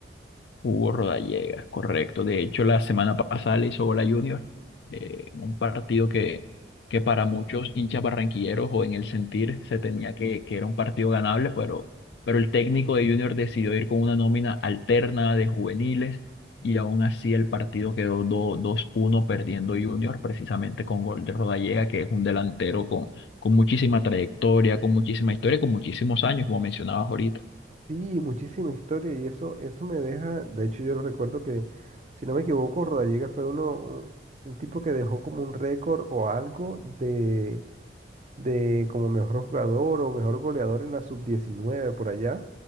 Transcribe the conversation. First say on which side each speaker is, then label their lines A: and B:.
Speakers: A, on the left; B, on the right.
A: Hugo Rodallega, correcto. De hecho, la semana pasada le hizo gol a Junior, eh, un partido que, que para muchos hinchas barranquilleros o en el sentir se tenía que, que era un partido ganable, pero, pero el técnico de Junior decidió ir con una nómina alterna de juveniles y aún así el partido quedó do- dos, uno perdiendo Junior, precisamente con gol de Rodallega, que es un delantero con, con muchísima trayectoria, con muchísima historia, con muchísimos años, como mencionabas ahorita.
B: Sí, muchísima historia y eso, eso me deja, de hecho yo recuerdo que, si no me equivoco, Rodallega fue uno, un, un tipo que dejó como un récord o algo de, de como mejor jugador o mejor goleador en la sub-19 por allá,